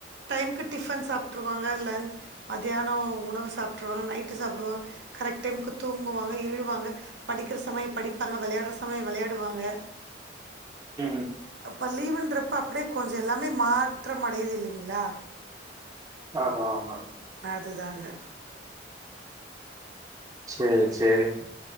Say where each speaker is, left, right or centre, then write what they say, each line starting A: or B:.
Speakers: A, on the right; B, on the right.
A: டைமுகு டிஃபன் சாப்ருவாங்க லஞ் மத்தியானோ உணவு சாப்ட்டுருவாங்க நைட்டு சாப்டுவாங்க கரெக் டைம்க்கு தூங்குவாங்க எழுவாங்க படிக்கிற சமயோ படிப்பாங்க விளையாடுற சமயோ விளையாடுவாங்க
B: ம்
A: அப்ப லீவுன்றப்ப அப்டியே கொஞ்ச எல்லாமே மாற்றமடையுது இல்லைங்களா
B: ஆமா ஆமா
A: அதுதாங்க
B: சேரி சேரி